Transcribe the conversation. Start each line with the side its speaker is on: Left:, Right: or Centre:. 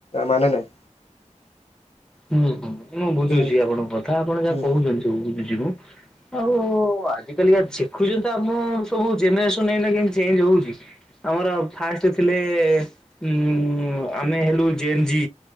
Left: ମାନେ ନାହିଁ।
Centre: ହୁଁ ହୁଁ ମୁଁ ବୁଝୁଛି
Left: ହୁଁ
Centre: ଆପଣଙ୍କ କଥା ଆପଣ ଯାହା
Left: ହୁଁ।
Centre: କହୁଛନ୍ତି ସବୁ ବୁଝୁଛି ମୁଁ ଆଉ ଆଜି କାଲିକା ଦେଖୁଛନ୍ତି ତ ଆମ ସବୁ ଜେନେରେସନ ଏଇନା କେ ଚେଞ୍ଜ ହଉଛି। ଆମର ଫାଷ୍ଟ ଥିଲେ ଉ ଉ ଉ ଆମେ ହେଲୁ ଜେନ୍ଜି।